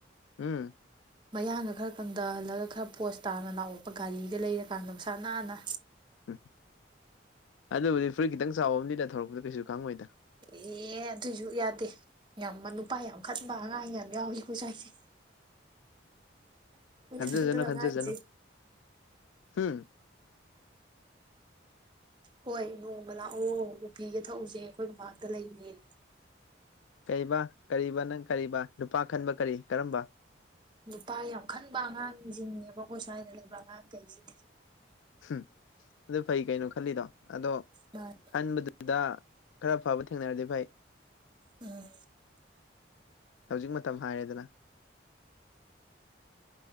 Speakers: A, on the left; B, on the right.
A: ꯎꯝ
B: ꯃꯌꯥꯡꯒ ꯈꯔ ꯀꯪꯊꯍꯜꯂꯒ ꯈꯔ ꯄꯣꯁ ꯇꯥꯅ ꯂꯥꯛꯑꯣꯄ ꯒꯥꯔꯤꯒ ꯂꯩꯔꯀꯥꯟꯗ ꯃꯁꯥ ꯅꯥꯟꯅ
A: ꯎꯝ ꯑꯗꯨꯕꯨꯗꯤ ꯐꯨꯔꯤꯠ ꯈꯤꯇꯪ ꯆꯥꯎꯕ ꯑꯃꯗꯤꯗ ꯊꯧꯔꯛꯄꯗ ꯀꯩꯁꯨ ꯈꯪꯉꯣꯏꯗ
B: ꯑꯦ ꯑꯗꯨꯏꯁꯨ ꯌꯥꯗꯦ ꯌꯥꯝꯃ ꯎꯄꯥ ꯌꯥꯝ ꯈꯟꯕ ꯑꯉꯥꯡ ꯌꯥꯝ ꯌꯥꯎꯏꯈꯣ ꯆꯥꯏꯁꯦ
A: ꯈꯪꯖꯦꯖꯅꯣ
B: ꯈꯟꯗꯅ
A: ꯈꯪꯖꯦꯖꯅꯣ
B: ꯑꯉꯥꯡꯁꯦ
A: ꯎꯝ
B: ꯍꯣꯏ ꯅꯣꯡꯃ ꯂꯥꯛꯑꯣ ꯎꯄꯤꯒ ꯊꯛꯎꯁꯦ ꯑꯩꯈꯣꯏ ꯃꯃꯥꯡꯗ ꯂꯩꯔꯦ
A: ꯀꯕꯥ ꯀꯔꯤꯕ ꯅꯪ ꯀꯔꯤꯕ ꯅꯨꯄꯥ ꯈꯟꯕ ꯀꯔꯤ ꯀꯔꯝꯕ
B: ꯂꯨꯄꯥ ꯌꯥꯝ ꯈꯟꯕ ꯑꯉꯥꯡꯁꯤꯡꯅꯦꯕꯀꯣ ꯁ꯭ꯋꯥꯏꯗ ꯂꯩꯕ ꯑꯉꯥꯡ ꯀꯩꯁꯤꯗꯤ
A: ꯎꯝ ꯑꯗꯨ ꯐꯩ ꯀꯩꯅꯣ ꯈꯜꯂꯤꯗꯣ ꯑꯗꯣ
B: ꯃꯥꯅꯤ
A: ꯈꯟꯕꯗꯨꯗ ꯈꯔ ꯈꯐꯥꯕꯨ ꯊꯦꯡꯅꯔꯗꯤ ꯐꯚꯥꯏ
B: ꯎꯝ
A: ꯍꯧꯖꯤꯛ ꯃꯇꯝ ꯍꯥꯏꯔꯦꯗꯅ